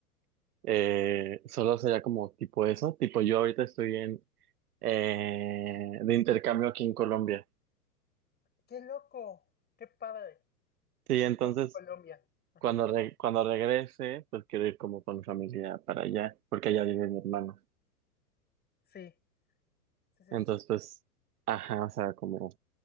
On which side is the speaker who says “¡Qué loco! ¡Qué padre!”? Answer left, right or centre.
Left